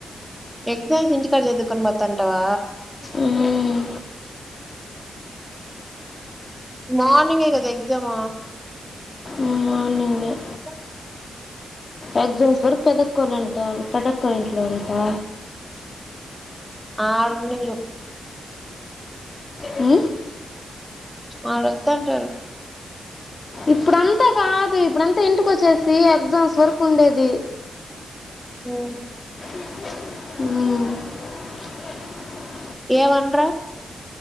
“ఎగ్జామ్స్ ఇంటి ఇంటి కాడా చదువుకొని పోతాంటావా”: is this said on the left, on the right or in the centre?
Centre